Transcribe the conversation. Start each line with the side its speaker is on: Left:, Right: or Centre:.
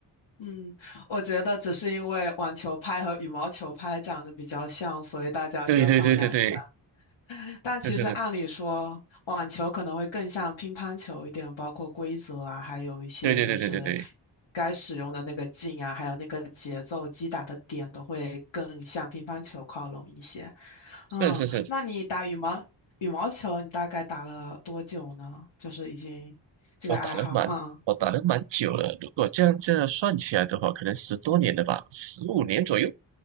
Left: 嗯，我觉得只是因为网球拍和羽毛球拍长得比较像，所以大家觉得他们俩像。
Right: 对对对对对，
Left: 但其实按理说，
Right: 是是是，
Left: 网球可能会更像乒乓球一点，包括规则啊，还有一些就是
Right: 对对对对对对，
Left: 该使用的那个劲啊，还有那个节奏击打的点都会更向乒乓球靠拢一些。
Right: 是是是。
Left: 嗯，那你打羽毛羽毛球，你大概打了多久呢？就是已经这个爱好，
Right: 我打了蛮，
Left: 嗯，
Right: 我打了蛮久了。如果这样这样算起来的话，可能十多年了吧，十五年左右